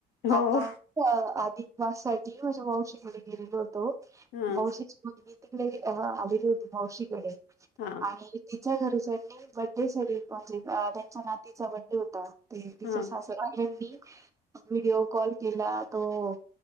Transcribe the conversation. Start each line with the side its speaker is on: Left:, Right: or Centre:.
Left: हो
Right: आता अधिक वास साठी माझ्या मावशीकडे गेलेलो होत तो
Left: हा
Right: मावशीची तिकडे आलेली होती मावशीकडे
Left: हा
Right: आणि घरीनी बडे स म्हणजे त्यांच्या नातीचा बडे हो तिच्या
Left: हा
Right: सासरवाल्यांनी व्हडिओ कॉल केला तो